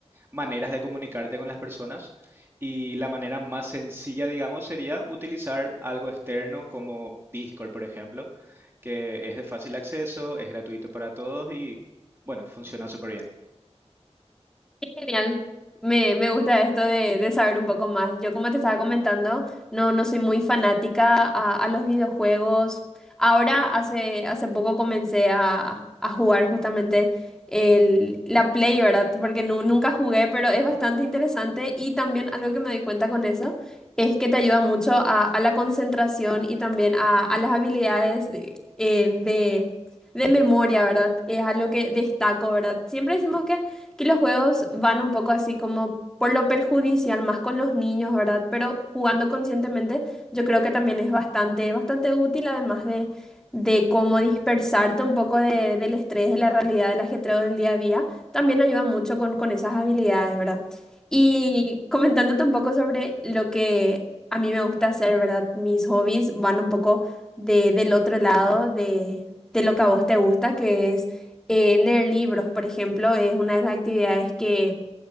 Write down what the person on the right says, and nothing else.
maneras de comunicarte con las personas y la manera más sencilla, digamos, sería utilizar algo externo como Discord, por ejemplo, que es de fácil acceso, es gratuito para todos y, bueno, funciona súper bien.